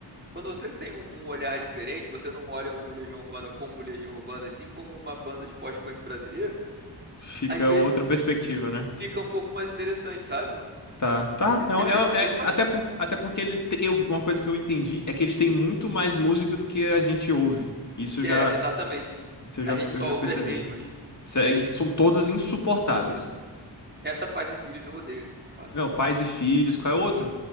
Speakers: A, on the right; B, on the left.
A: Quando você tem um, um olhar diferente, você não olha o Legião Urbana como Legião Urbana, e sim como uma banda de pós-punk brasileira,
B: Fica
A: às vezes
B: outra perspectiva, né?
A: fica um pouco mais interessante, sabe?
B: Tá, tá.
A: Porque
B: É, um, é-
A: tem,
B: é-
A: tem umas.
B: até por, até porque ele te- eu, uma coisa que eu entendi é que eles têm muito mais música do que a gente ouve. Isso eu
A: É,
B: já,
A: exatamente.
B: isso eu já,
A: A gente
B: eu
A: só
B: já percebi.
A: ouve as mesmas.
B: Isso é- e são todas insuportáveis.
A: Essa Paz e Filhos eu odeio, de fato.
B: Não, Pais e Filhos, qual é o outro?